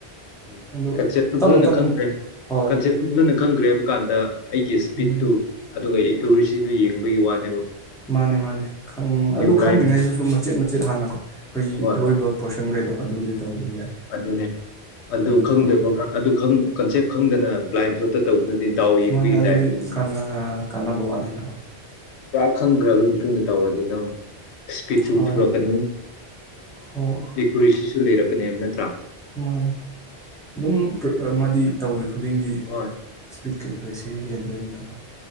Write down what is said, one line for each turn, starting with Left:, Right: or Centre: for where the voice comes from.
Left: ꯎꯝ
Centre: ꯑꯗꯨ
Left: ꯀꯟꯁꯦꯞꯇꯨ
Centre: ꯇꯞꯅ
Left: ꯐꯖꯅ
Centre: ꯇꯞꯅ
Left: ꯈꯪꯗꯔ꯭ꯦ
Centre: ꯍꯣꯏ
Left: ꯀꯟꯁꯦꯞꯇꯨ ꯐꯖꯅ ꯈꯪꯗꯔ꯭ꯦ ꯗꯨꯀꯥꯟꯗ ꯑꯩꯒꯤ ꯏꯁꯄꯤꯠꯇꯨ
Centre: ꯎꯝ
Left: ꯑꯗꯨꯒ ꯀ꯭ꯌꯨꯔꯤꯁꯤꯗꯨ ꯌꯦꯡꯕꯒꯤ ꯋꯥꯅꯤ
Centre: ꯃꯥꯅꯦ ꯃꯥꯅꯦ ꯑꯗꯨ
Left: ꯕ꯭ꯂꯥꯏꯟ
Centre: ꯈꯪꯗ꯭ꯔꯤꯉꯩꯗꯨꯁꯨ ꯃꯆꯦꯠ ꯃꯆꯦꯠ ꯍꯥꯟꯅ ꯑꯩꯈꯣꯏꯒꯤ
Left: ꯍꯣꯏ
Centre: ꯑꯔꯣꯏꯕ
Left: ꯍꯣꯏ
Centre: ꯄꯣꯔꯁꯟ ꯀꯩꯗꯣ ꯑꯗꯨꯗꯤ ꯇꯧꯕꯗꯤ ꯌꯥꯏ
Left: ꯑꯗꯨꯅꯦ ꯑꯗꯨ
Centre: ꯑꯗꯨꯒ
Left: ꯈꯪꯗꯦꯕꯣ ꯑꯗꯨ ꯀꯟꯁꯦꯞ ꯈꯪꯗꯅ ꯕ꯭ꯂꯥꯏꯟ ꯁꯣꯠꯇ ꯇꯧꯕꯗꯨꯗꯤ ꯗꯥꯎ ꯌꯦꯡꯕꯒꯤ
Centre: ꯃꯥꯅꯦ ꯑꯗꯨꯗꯤ
Left: ꯇꯥꯏꯞꯅꯤꯅ
Centre: ꯀꯥꯟꯅꯕ ꯋꯥꯠꯂꯤꯅꯅꯕ
Left: ꯈꯪꯈ꯭ꯔꯕꯒꯤ ꯃꯇꯨꯡꯗ ꯇꯧꯔꯅꯤ ꯑꯗꯨ ꯅꯪ ꯏꯁ꯭ꯄꯤꯠꯁꯨ
Centre: ꯍꯣꯏ
Left: ꯎꯠꯊꯔꯛꯒꯅꯤ
Centre: ꯍꯣꯏ
Left: ꯏꯔꯤꯁꯤꯔꯤꯁꯤ <unintelligible> ꯂꯩꯔꯛꯀꯅꯦ ꯌꯥꯝꯅ ꯇ꯭ꯔꯥ
Centre: ꯃꯥꯅꯦ ꯑꯗꯨꯝ ꯃꯥꯗꯤ ꯇꯧꯔꯤ ꯈꯨꯗꯤꯡꯒꯤ
Left: ꯍꯣꯏ
Centre: ꯏꯁꯄꯤꯠꯀ ꯑꯦꯀꯨꯔꯦꯁꯤꯒ ꯍꯦꯟꯗꯣꯏꯅꯤꯅꯀꯣ